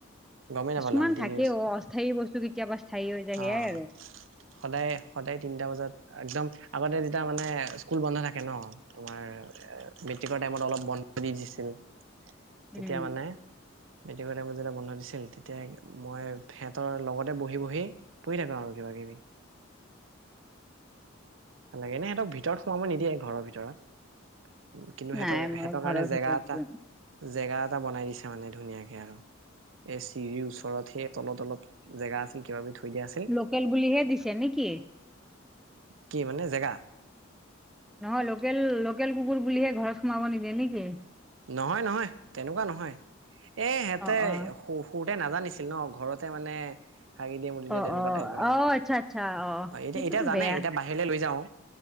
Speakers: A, on the right (about 70°); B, in the centre.
A: গমেই
B: কিছুমান
A: নাপালো আমি তিনি
B: থাকে
A: বছৰ
B: অ', অস্থায়ী বস্তু কেতিয়াবা স্থায়ী হৈ যায় সেয়াই
A: অ',
B: আৰু।
A: সদায়, সদায় তিনটা বজাত একদম আগতে যেতিয়া মানে স্কুল বন্ধ থাকে ন' তোমাৰ মেট্ৰিকৰ টাইমত অলপ বন্ধ দি দিছিল। তেতিয়া
B: উম
A: মানে মেট্ৰিকটাইমত যেতিয়া বন্ধ দিছিল, তেতিয়া মই সিহঁতৰ লগতে বহি বহি পঢ়ি থাকো আৰু কিবা কিবি। ভালাগে এনে সহতক ভিতৰত সোব নিদিয়ে ঘৰৰ ভিতৰত। কিন্তু সিহঁতৰ-
B: নাই মই
A: সিহতৰ
B: ঘৰৰ
A: কাৰণে জেগা
B: ভিতৰত
A: এটা
B: দিওঁ
A: জেগা এটা বনাই দিছে মানে ধুনীয়াকে আৰু। এই চিৰিৰ ওচৰত সেই তলত- তলত জেগা আছিল কিবা কিবি থৈ দিয়া আছিল।
B: লোকেল বুলিহে দিছে নেকি?
A: কি মানে জেগা?
B: নহয় লোকেল- লোকেল কুকুৰ বুলিহে ঘৰত সোমাব নিদিয়ে নেকি?
A: নহয় নহয় তেনেকুৱা নহয় এহেতে
B: অ অ
A: সু সৰুতে নাজানিছিল ন' ঘৰতে মানে হাগি দিয়ে মুদ দিয়ে
B: অ
A: তেনেকুৱা
B: অ
A: টাইপ আৰু,
B: অ আচ্ছা আচ্ছা
A: অ' এতিয়া
B: সেইটোতো
A: এতিয়া জানে
B: বেয়া
A: এতিয়া বাহিৰলৈ লৈ যাওঁ।